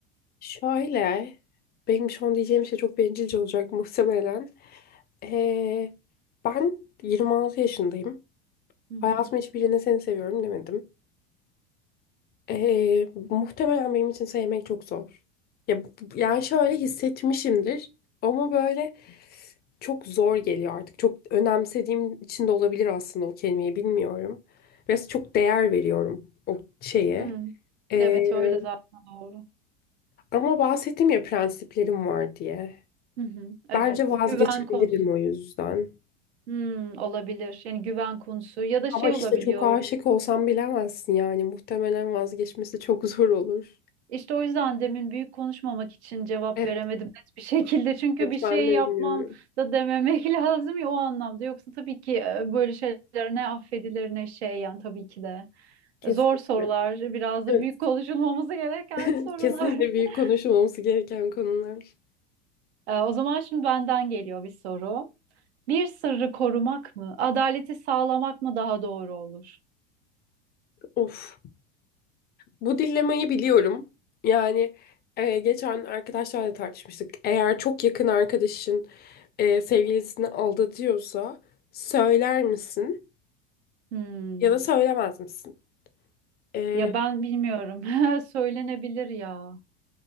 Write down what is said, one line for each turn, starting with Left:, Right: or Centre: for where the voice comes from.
Left: Şöyle, benim şu an diyeceğim şey çok bencilce olacak <laughs> muhtemelen. Ee, ben 26 yaşındayım.
Right: Hı hı.
Left: Hayatımın hiçbirine seni seviyorum demedim. Ee, muhtemelen benim için sevmek çok zor. Ya, bu- yani şöyle hissetmişimdir ama böyle çok zor geliyor artık. Çok önemsediğim için de olabilir aslında o kelimeyi bilmiyorum. Biraz çok değer veriyorum o şeye.
Right: Hmm.
Left: Ee,
Right: Evet öyle zaten doğru.
Left: ama bahsettim ya prensiplerim var diye.
Right: Hı hı. Evet
Left: Bence vazgeçebilirim
Right: güven konusu.
Left: o yüzden.
Right: Hmm, olabilir. Yani güven konusu ya da şey
Left: Ama işte
Right: olabiliyor.
Left: çok aşık olsam bilemezsin yani. Muhtemelen vazgeçmesi çok zor olur.
Right: İşte o yüzden demin büyük konuşmamak için cevap
Left: Evet,
Right: veremedim net bir <laughs> şekilde. Çünkü
Left: evet
Right: bir şey
Left: ben de
Right: yapmam
Left: bilmiyorum.
Right: da dememek <laughs> lazım ya o anlamda. Yoksa tabii ki e, böyle şeyler ne affedilir ne şey yani tabii ki de.
Left: Kesinlikle.
Right: Zor sorular, biraz da
Left: Evet.
Right: büyük konuşulmaması gereken
Left: <laughs>
Right: sorular.
Left: Kesinlikle
Right: <laughs>
Left: büyük konuşulması gereken konular.
Right: E, O zaman şimdi benden geliyor bir soru. Bir sırrı korumak mı, adaleti sağlamak mı daha doğru olur?
Left: Of. Bu dilemayı biliyorum. Yani e, geçen arkadaşlarla da tartışmıştık. Eğer çok yakın arkadaşın e, sevgilisini aldatıyorsa söyler misin
Right: Hmm.
Left: ya da söylemez misin? E,
Right: Ya ben bilmiyorum. <laughs> Söylenebilir ya.